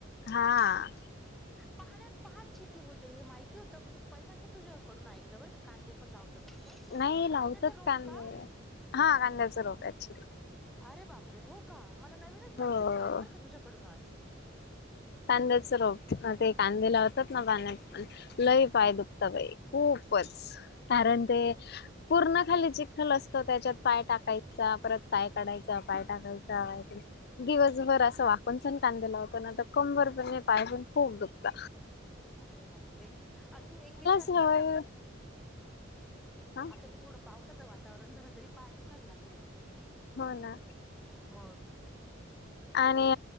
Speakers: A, on the left (about 55°); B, in the centre.
A: हा,
B: पाण्यात भात शेती होते हे माहिती होतं, मी पहिल्यांदा तुझ्याकडून ऐकलं बरं का कांदे पण लावतात. असं
A: नाही लावतत
B: कांद्याचा रोप
A: कांदे
B: का
A: हा कांद्याच रोप ऍक्च्युली,
B: अरे बापरे हो का! मला नवीनच माहिती
A: हो
B: मिळाली बरं का तुझ्याकडून आज,
A: कांद्याच रोप ते कांद्या ला, <unintelligible> लय पाय दुखत बाई खूपच कारण ते खप वरून खाली चिखल असतो, त्याच्यात पाय टाकायचा परत पाय काढायचां पाय टाकायचंय. दिवसभर असं वाकून सण कांदेला होत. ना तर कंबर पण पाय पण खूप दुखत.
B: अरे बाप, रे तू एक विचार
A: सवय
B: कर ना
A: हा
B: आता, हे थोडं पाऊस वातावरण झालं तरी पाय दुखायला लागलेत.
A: हो ना,
B: मग
A: आणि